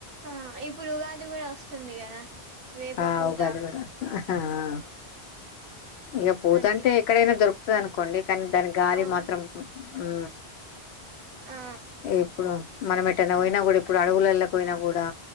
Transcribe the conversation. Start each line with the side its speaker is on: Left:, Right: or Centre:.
Right: ఆ ఇప్పుడు ఉగాది కూడా వస్తుంది కదా వేప
Left: ఆ
Right: పూత
Left: ఉగాది కూడా ఆహా హా ఇక పోతంటే
Right: అట్లా
Left: ఎక్కడైనా దొరుకుతుంది అనుకోండి కానీ దాని గాలి
Right: అవును
Left: మాత్రం యూ
Right: ఆ
Left: ఇప్పుడు మనం ఎటన్న పోయినా కూడా ఇప్పుడు అడవులలోకి పోయినా కూడా